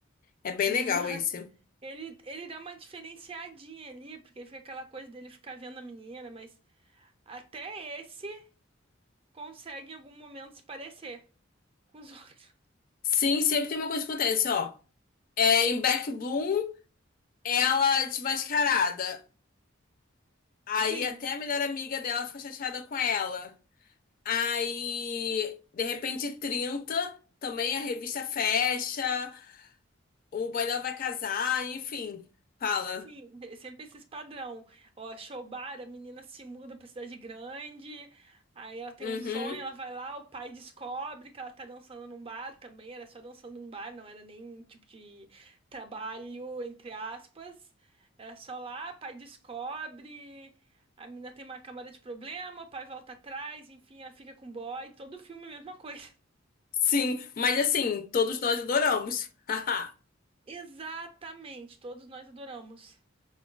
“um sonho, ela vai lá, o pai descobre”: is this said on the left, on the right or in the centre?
Right